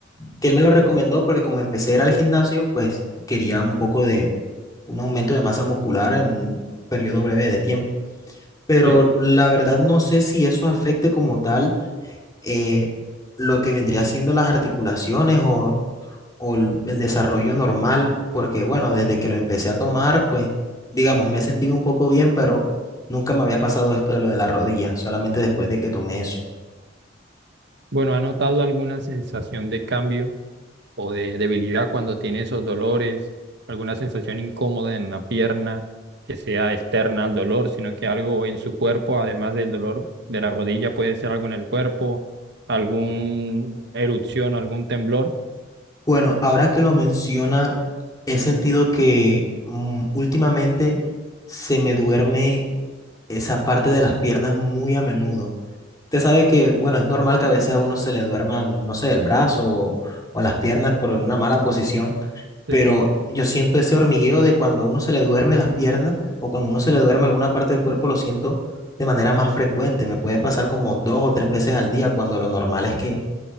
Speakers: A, on the left; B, on the right.
A: que él me lo recomendó porque como empecé a ir al gimnasio, pues quería un poco de un aumento de masa muscular en un periodo breve de tiempo. pero
B: Sí.
A: la verdad no sé si eso afecte como tal eh, lo que vendría siendo las articulaciones o, o el el desarrollo normal, porque bueno, desde que lo empecé a tomar, pues digamos, me he sentido un poco bien, pero nunca me había pasado esto de lo de la rodilla, solamente después de que tomé eso.
B: Bueno, ¿ha notado alguna sensación de cambio o de debilidad cuando tiene esos dolores? ¿Alguna sensación incómoda en la pierna que sea externa al dolor, sino que algo en su cuerpo, además del dolor de la rodilla, puede ser algo en el cuerpo, alguna erupción, algún temblor?
A: Bueno, ahora que lo menciona, he sentido que mm, últimamente se me duerme esa parte de las piernas muy a menudo. Usted sabe que, bueno, es normal que a veces a uno se le duerman, no sé, el brazo o, o las piernas por una mala posición,
B: Sí.
A: pero yo siento ese hormigueo de cuando a uno se le duerme las piernas o cuando a uno se le duerme alguna parte del cuerpo, lo siento de manera más frecuente. Me puede pasar como dos o tres veces al día cuando lo normal es que,